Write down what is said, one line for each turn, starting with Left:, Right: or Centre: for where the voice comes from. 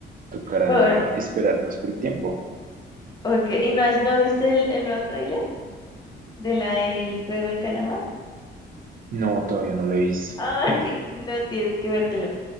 Right: tocará
Left: Por-
Right: esperarnos que el tiempo.
Left: okay. ¿Y no, has- no viste el, el nuevo tráiler de la del juego El Calamar?
Right: No, todavía no lo he visto.
Left: <laughs> Ay, no tienes que vértelo.